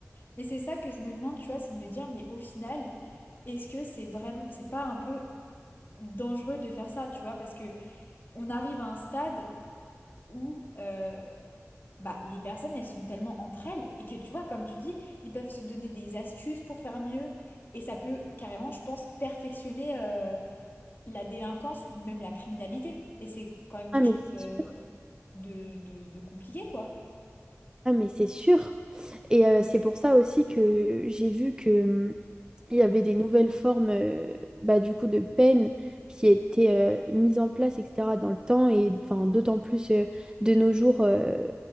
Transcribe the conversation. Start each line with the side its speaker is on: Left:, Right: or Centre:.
Left: Mais c'est ça que je me demande, tu vois, c'est de me dire, mais au final, est-ce que c'est vraiment... C'est pas un peu dangereux de faire ça, tu vois, parce que on arrive à un stade où... euh, Bah, les personnes, elles sont tellement entre elles et que tu vois, comme tu dis, ils peuvent se donner des astuces pour faire mieux et ça peut carrément, je pense, perfectionner euh, la délinquance ou même la criminalité. Et c'est quand même
Right: Ah,
Left: quelque
Right: mais
Left: chose
Right: c'est
Left: euh,
Right: sûr.
Left: de, de, de compliqué, quoi.
Right: Ah, mais c'est sûr. Et euh, c'est pour ça aussi que j'ai vu que hum, il y avait des nouvelles formes euh, bah, du coup de peine qui étaient euh, mises en place etc dans le temps et enfin d'autant plus euh, de nos jours euh,